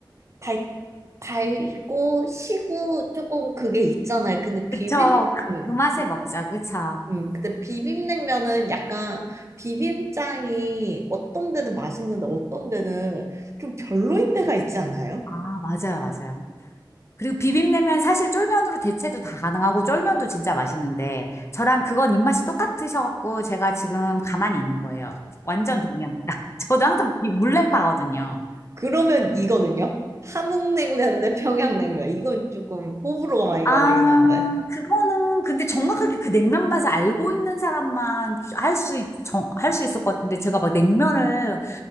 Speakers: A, on the right; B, on the left.
A: 달, 달고 시고 조금 그게 있잖아요. 근데 비빔
B: 그쵸. 그,
A: 음,
B: 그 맛에 먹자. 그쵸.
A: 음, 근데 비빔냉면은 약간 비빔장이 어떤 데는 맛있는데 어떤 데는 좀 별로인 데가 있지 않아요?
B: 아, 맞아요, 맞아요. 그리고 비빔냉면 사실 쫄면으로 대체도 다 가능하고 쫄면도 진짜 맛있는데 저랑 그건 입맛이 똑같으셔갖고 제가 지금 가만히 있는 거예요. 완전 동의합니다. <laughs> 저도 항상 이 물냉파거든요.
A: 그러면 이거는요? 함흥냉면 대 평양냉면. 이건 조금 호불호가 많이
B: 아,
A: 갈리긴 한데.
B: 그거는 근데 정확하게 그 냉면 맛을 알고 있는 사람만 할 수, 정, 할 수 있을 것 같은데 제가 막 냉면을